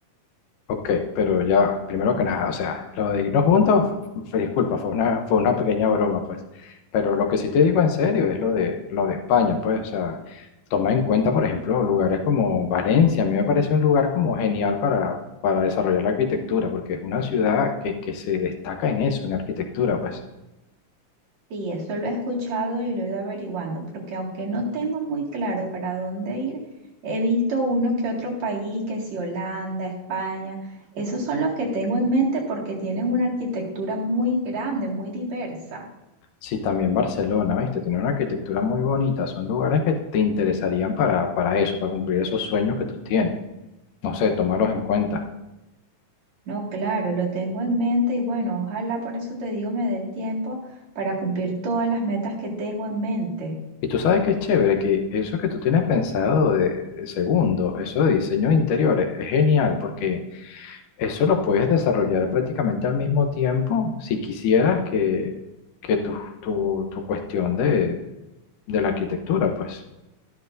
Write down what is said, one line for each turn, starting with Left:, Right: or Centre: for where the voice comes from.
Left: Ok, pero ya va, primero que nada, o sea, lo de irnos juntos, f- f- disculpa, fue una, fue una pequeña broma, pues, pero lo que sí te digo en serio es lo de, lo de España, pues, o sea, toma en cuenta, por ejemplo, lugares como Valencia, a mí me parece un lugar como genial para, para desarrollar la arquitectura, porque es una ciudad que, que se destaca en eso, en arquitectura, pues.
Right: Sí, eso lo he escuchado y lo he ido averiguando, porque aunque no tengo muy claro para dónde ir, he visto uno que otro país, que si Holanda, España, esos son los que tengo en mente porque tienen una arquitectura muy grande, muy diversa.
Left: Sí, también Barcelona, ¿viste? Tiene una arquitectura muy bonita. Son lugares que te interesarían para, para eso, para cumplir esos sueños que tú tienes. No sé, tomarlos en cuenta.
Right: No, claro, lo tengo en mente y bueno, ojalá por eso te digo me dé el tiempo para cumplir todas las metas que tengo en mente.
Left: Y tú sabes que es chévere, que eso que tú tienes pensado de, de segundo, eso de diseño de interiores, es genial porque eso lo puedes desarrollar prácticamente al mismo tiempo si quisieras que, que tu, tu, tu cuestión de, de la arquitectura, pues.